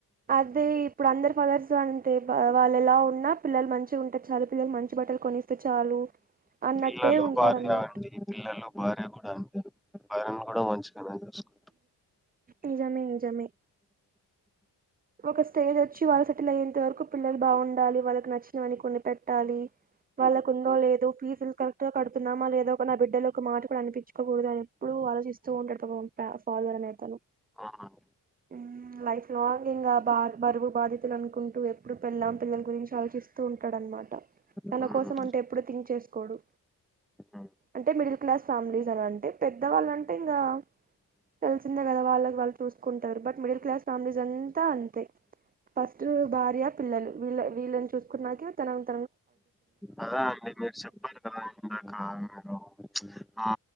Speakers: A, on the right; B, in the centre.
A: అదే ఇప్పుడు అందరు ఫాధర్స్ అంతే బ.. వాళ్ళు ఎలా ఉన్నా పిల్లలు మంచిగుంటే చాలు పిల్లలు మంచి బట్టలు కొనిస్తే చాలు అన్నట్టే
B: పిల్లలు
A: ఉంటారు
B: భార్య
A: అన్ మా
B: పిల్లలు, భార్య కూడా అండి భార్యను కూడా మంచిగానే చూస్కుంట్
A: నిజమే నిజమే ఒక స్టేజోచ్చి వాళ్ళు సెటిలయ్యేంత వరుక్ కు పిల్లలు బావుండాలి వాళ్ళకు నచ్చినవన్నీ కొనిపెట్ట్ ట్టాలి వల్కకుందో లేదు ఫీజుల్ కరెక్ట్ గా కడ్ త్ తున్నామా లేదో ఒక నా బిడ్డలు ఒక్కమాట కూడా అనిపించుకోకూడదు అని ఎప్పుడు ఆలోచిస్తూ ఉంటాడు పాపం ప.. ఫాదర్ అనేతను
B: చూసుకుంటారు
A: హుమ్ లైఫ్ లాంగ్ ఆ.. బ.. బరువు బదిత్ త్ లనుకుంటూ ఎప్పుడూ పెళ్ళాం పిల్లల్ గురించి ఆలోచిస్తూ ఉంటాడనమాట్ ట తన
B: హ్మ్
A: కోసమంటే ఎప్పుడూ థింక్ చేస్కోడు
B: హ్మ్
A: అంటే మిడిల్ క్లాస్ ఫ్యామిలీస్ అనంటే పెద్ద వాళ్ళంటే ఇంగా తెల్సిందే గదా వాళ్ళక్ వాళ్ళు చూస్కుంటారు బట్ మిడిల్ క్లాస్ ఫ్యామిలీస్ అన్ త అంతే ఫస్టు భార్య పిల్లలు వీళ్లే వీళ్ళన్ చూస్కున్నాకే తన గ్
B: అదా అండి మీరు చెప్పారు కదా ఇందాక మీరు ప్చ్ ఆ